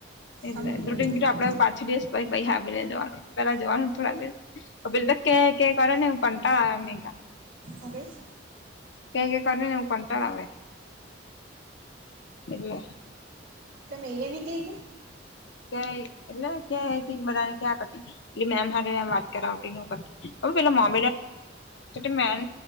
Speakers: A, on the left; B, on the right.
A: એટલે્રકીી
B: સમજી ગયા સમજી ગયા
A: આપડે પાછી દશ પ હાી લે જવાનું પેલા જવાનું થોડાક. બીલ તો કે કે કર ને કટાળ આવેમી.
B: ઓકેેશ.
A: કઈ નઈ કર ને એવું કંટાળ આવે એટલે.
B: કેમે એલિયા ની કઈ કે.
A: <unintelligible> એટલે ક્યાં એક એક બધાને ક્યાં કરટી એટલે મેમ હોય. વાત કરાવતી એવું કરતી અપે પેલા <unintelligible> મેન.